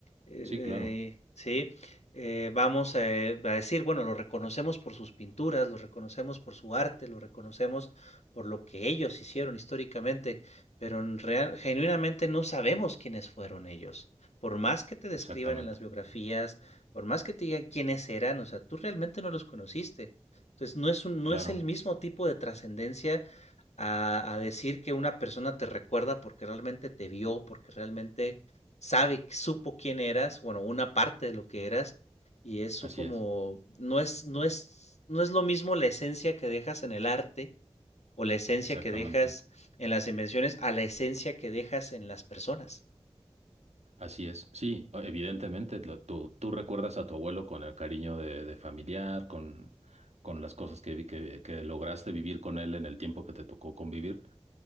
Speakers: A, on the left; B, on the right.
A: eh,
B: Sí,
A: eh,
B: claro,
A: ¿sí? Eh, vamos a, a, decir, bueno, lo reconocemos por sus pinturas, lo reconocemos por su arte, lo reconocemos por lo que ellos hicieron históricamente, pero en real, genuinamente no sabemos quiénes fueron ellos por más que te describan
B: exactamente.
A: en las biografías, por más que te digan quiénes eran, o sea, tú realmente no los conociste. Entonces, no es, un- no
B: Claro,
A: es el mismo tipo de trascendencia a, a decir que una persona te recuerda porque realmente te vio, porque realmente sabe, supo quién eras, bueno, una parte de lo que eras, y eso
B: así
A: como,
B: es,
A: no es, no es, no es lo mismo la esencia que dejas en el arte o la esencia
B: exactamente.
A: que dejas en las invenciones a la esencia que dejas en las personas.
B: Así es. Sí, evidentemente, lo- tú, tú recuerdas a tu abuelo con el cariño de, de familiar, con, con las cosas que, vi- que, que lograste vivir con él en el tiempo que te tocó convivir.